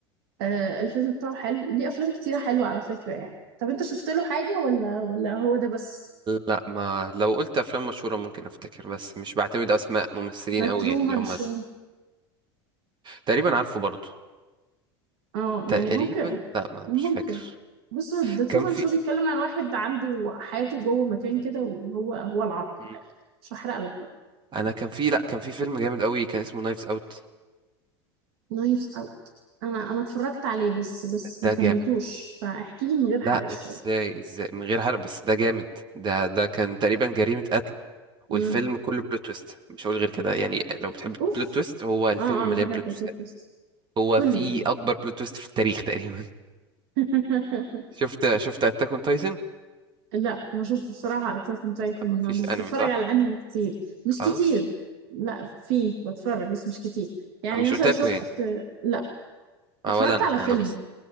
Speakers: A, on the right; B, on the right.
A: آه الفيلم بتاعه حلو ليه افلام كتيره حلوه على فكره يعني طب انت شفت له حاجه ولا ولا هو ده بس
B: لا ما لو قلت افلام مشهوره ممكن افتكر بس مش بعتمد اسماء ممثلين
A: ده
B: قوي
A: ترومان
B: يعني اللي هم
A: شو
B: تقريبا عارفه برضه
A: اه
B: تقريبا
A: يعني ممكن
B: لا ما
A: ممكن
B: مش فاكر
A: بص هو ده ترومان
B: كان في
A: شو بيتكلم عن واحد عنده حياته جوه مكان كده وهو هو العرض
B: مم.
A: من الاخر مش هحرق لك بقى
B: انا كان في لا كان في فيلم جامد قوي كان اسمه نايفز اوت
A: نايفز أوت. انا انا اتفرجت عليه بس بس
B: ده
A: ما كملتوش
B: جامد
A: فاحكي لي من غير حرق
B: لا
A: شويه
B: ازاي ازاي من غير حرق بس ده جامد ده ده كان تقريبا جريمه قتل والفيلم
A: امم
B: كله بلوت تويست مش هقول غير كده يعني لو بتحب
A: اوف
B: بلوت تويست هو الفيلم
A: اه اه انا
B: مليان
A: بحب
B: بلوت
A: البودكاست
B: تويستات هو
A: كله
B: في اكبر بلوت تويست في التاريخ تقريبا
A: <laughs>
B: <laughs> شفت شفت اتاك اون تايتن
A: لا ما شفتش بصراحة أتاك أون تايتن
B: مفيش
A: ما مش
B: انمي
A: بتفرج
B: صح
A: على أنمي كتير مش
B: خلاص
A: كتير لا في بتفرج بس مش كتير يعني
B: مش
A: مثلا
B: اوتاكو
A: شفت
B: يعني
A: لا
B: آه
A: اتفرجت
B: ولا انا
A: على فيلم
B: انا بس